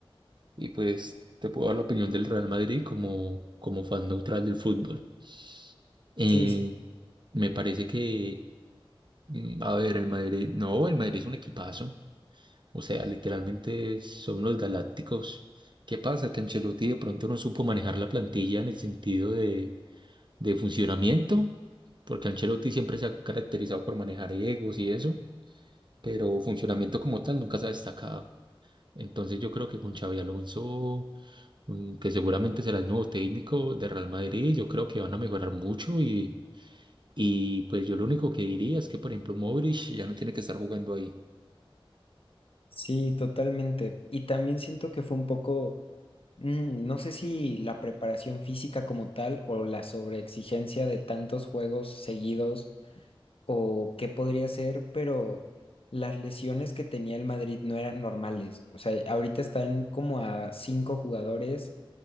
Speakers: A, on the right; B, on the left.
A: y pues te puedo dar la opinión del Real Madrid como, como fan neutral del fútbol. Eh,
B: Sí, sí,
A: me parece que, mm, a ver, el Madrid, no, el Madrid es un equipazo. O sea, literalmente son los galácticos. ¿Qué pasa? Que Ancelotti de pronto no supo manejar la plantilla en el sentido de, de funcionamiento, porque Ancelotti siempre se ha caracterizado por manejar egos y eso, pero funcionamiento como tal nunca se ha destacado. Entonces yo creo que con Xavi Alonso, mm, que seguramente será el nuevo técnico de Real Madrid, yo creo que van a mejorar mucho y, y pues yo lo único que diría es que, por ejemplo, Modric ya no tiene que estar jugando ahí.
B: sí, totalmente. Y también siento que fue un poco, mm, no sé si la preparación física como tal o la sobreexigencia de tantos juegos seguidos o qué podría ser, pero las lesiones que tenía el Madrid no eran normales. O sea, ahorita están como a cinco jugadores